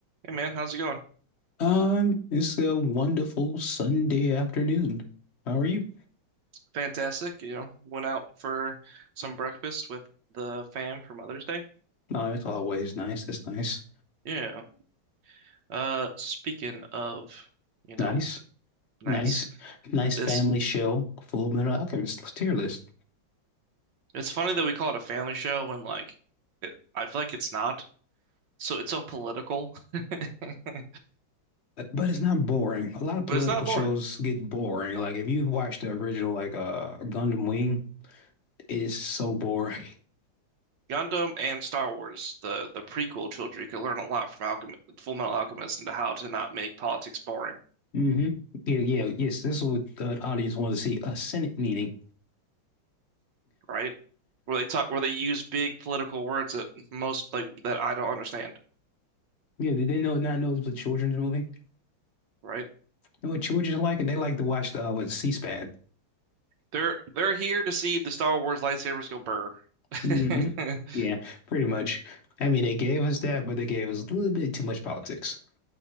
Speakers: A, on the right; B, on the left.
A: Hey man, how's it going?
B: Um, it's a wonderful Sunday afternoon. How are you?
A: Fantastic. You know, went out for some breakfast with the fam for Mother's Day.
B: Oh, it's always nice. It's nice.
A: Yeah. Uh, speaking of, you know,
B: Nice.
A: nice.
B: Nice. Nice
A: This
B: family show. Full Metal Alchemist tier list.
A: it's funny that we call it a family show when like it, I feel like it's not. So it's so political, <laughs> but
B: But but it's not boring. A lot of political
A: it's not
B: shows
A: boring.
B: get boring. Like if you've watched the original like uh Gundam Wing, it is so boring.
A: Gundam and Star Wars, the the prequel trilogy, could learn a lot from Alchem Full Metal Alchemist into how to not make politics boring,
B: <laughs> hmm Yeah, yeah, yes. This is what uh, the audience wanted to see. A Senate meeting.
A: right? Where they talk, where they use big political words that most like that I don't understand.
B: Yeah, did they know not know it was a children's movie? You
A: Right?
B: know what children like? And they like to watch the uh, what C-SPAN.
A: They're they're here to see the Star Wars lightsabers go burr. <laughs>
B: hmm Yeah, pretty much. I mean, they gave us that, but they gave us a little bit too much politics.